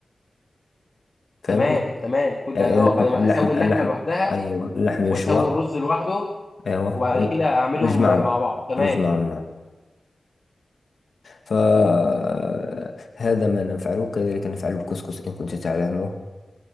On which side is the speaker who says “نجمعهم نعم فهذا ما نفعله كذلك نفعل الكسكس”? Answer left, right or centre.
Left